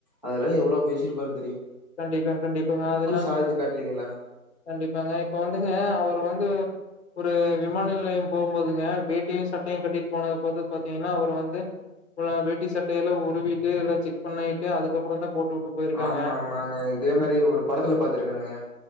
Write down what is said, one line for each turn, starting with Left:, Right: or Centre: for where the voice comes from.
Right: அதெல்லா எவளோ பேசிருப்பாரு
Left: கண்டிப்பா கண்டிப்பாங்க அதெல்லா
Right: சாதிச்சு காட்டலீங்களா?
Left: கண்டிப்பாங்க இப்போ வந்துங்க ஏங்க அவர் வந்து ஒரு விமான நிலையம் போகும்போதுங்க வேட்டியு சட்டையு கட்டிட்டு போனது பாத்தீங்கன்னா அவர் வந்து வேட்டி சட்டையல்லா உருவிட்டெல்லு செக் பண்ணிட்டு அதுக்கப்ற தா போட்டு வுட்டு போயிருக்காங்க
Right: ஆமா ஆமாங்க இதே மாரி ஒரு படத்துல பாத்துருக்கணுங்க